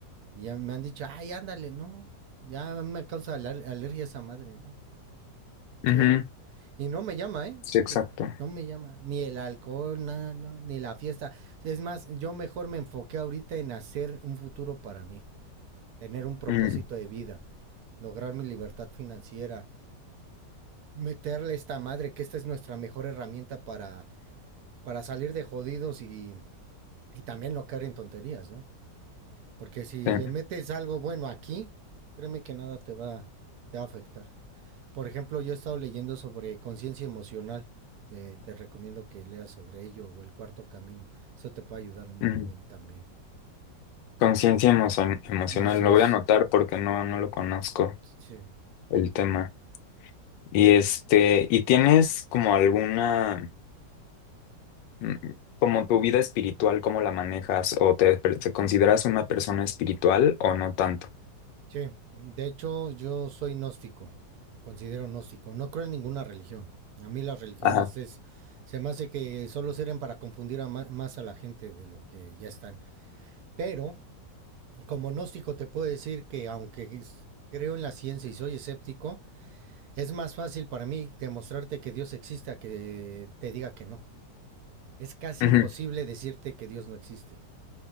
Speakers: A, on the right (about 70°); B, on the left (about 85°).
A: Y ya me han dicho, ay, ándale, no. Ya me causa aler- alergia esa madre, ¿no? Cero.
B: Ujú,
A: Y no me llama, ¿eh?
B: sí, exacto.
A: Que no me llama. Ni el alcohol, nada, no, ni la fiesta. Es más, yo mejor me enfoqué ahorita en hacer un futuro para mí. Tener un propósito
B: Mm,
A: de vida. Lograr mi libertad financiera. Meterle esta madre, que esta es nuestra mejor herramienta para, para salir de jodidos y, y también no caer en tonterías, ¿no? Porque si
B: sí,
A: le metes algo bueno aquí, créeme que nada te va, te va a afectar. Por ejemplo, yo he estado leyendo sobre conciencia emocional. eh, te recomiendo que leas sobre ello o el cuarto camino. Eso te puede ayudar un
B: mm.
A: buen también.
B: Conciencia
A: Sí.
B: emocion- emocional,
A: Así
B: lo
A: es.
B: voy a anotar porque no, no lo conozco
A: Sí.
B: el tema. Y este, ¿y tienes como alguna, mm, como tu vida espiritual, cómo la manejas? ¿O te, te consideras una persona espiritual o no tanto?
A: Sí. De hecho, yo soy gnóstico. Me considero gnóstico. No creo en ninguna religión. A mí las religiones
B: Ajá.
A: es, se me hace que solo sirven para confundir a ma- más a la gente de lo que ya están. Pero como gnóstico te puedo decir que aunque es- creo en la ciencia y soy escéptico, es más fácil para mí demostrarte que Dios existe a que te diga que no. Es casi
B: Ujú.
A: imposible decirte que Dios no existe.